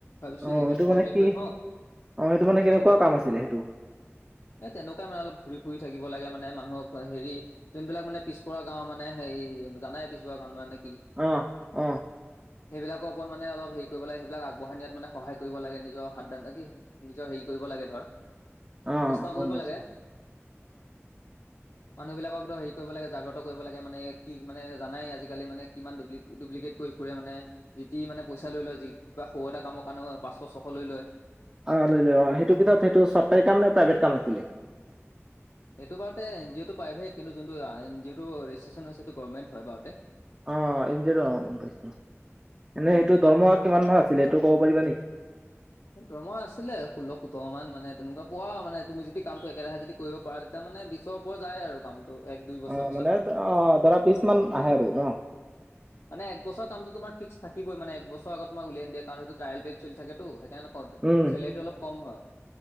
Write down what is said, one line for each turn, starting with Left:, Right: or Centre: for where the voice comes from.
Left: ভাবিছোঁ
Right: অ
Left: ডিগ্ৰীটো
Right: এইটো
Left: কমপ্লিট
Right: মানে কি
Left: কৰি থওঁ
Right: অ সেইটো মানে কেনেকুৱা
Left: তেতিয়া মানে
Right: কাম আছিলে সেইটো
Left: এ তেনেকুৱা মান অলপ ঘূৰি - ফুৰি থাকিব লাগে মানুহক পা হেৰি যোনবিলাক মানে পিছপৰা গাঁও মানে হেৰি জানাই পিছপৰা গাঁও মানে কি?
Right: অ অ।
Left: সেইবিলাকৰ ওপৰত মানে অলপ হেৰি কৰিব লাগে সেইবিলাক আগবঢ়াই নিয়াত মানে সহায় কৰিব লাগে, নিজৰ হাত - দাত কি নিজৰ হেৰি কৰিব লাগে ধৰ
Right: অ
Left: চেষ্টা
Right: হব
Left: কৰিব
Right: গৈছো।
Left: লাগে মানুহ বিলাকক দৰ হেৰি কৰিব লাগে জাগ্ৰত কৰিব লাগে মানে এই কি মানে জানাই আজিকালি মানে কিমান দুব্লি- দুব্লিকেট কৰি ফুৰে মানে যি টি মানে পইচা লৈ লয় যি কিবা সৰু এটা কামৰ কাৰণেও পাঁচশ, ছশ লৈ লয়
Right: অ, লৈ- লৈ অ, সেইটো পিছত সেইটো চৰকাৰী কাম নে প্ৰাইভেট কাম আছিলে?
Left: এইটো বাৰুতে এনজিঅটো প্ৰাইভেট কিন্তু যোনটো এণজিঅটো ৰেজিষ্ট্ৰেশচন হৈছে সেটো গভৰ্মেণ্ট হয় বাৰুতে।
Right: অ, এণজিঅটো অ, গম পাইছো <unintelligible> এনে
Left: উম
Right: সেইটো দৰমহা কিমান মান আছিল এইটো ক'ব পাৰিবা নেকি?
Left: দৰমহা আছিলে ষোল্ল সোতৰ মানে তেনেকোৱা পোৱা আৰু মানে তুমি যদি কামটো একেৰাহে যদি কৰিব পাৰা তাৰ মানে বিছৰ ওপৰ যায় আৰু। কামটো এক দুই বছৰ
Right: অ,
Left: পিছত।
Right: মানে অ, ধৰা পিছ মান আহে আৰু ন?
Left: <inaudible> মানে এক বছৰ কামটো তোমাৰ ফিক্স থাকিবই মানে একবছৰ আগত তোমাক উলিয়াই নিদিয়ে কাৰন সেইটো ট্ৰাইল বেক চলি থাকেটো সেত ক'ত
Right: উম
Left: চলেৰিটো অলপ কম হয়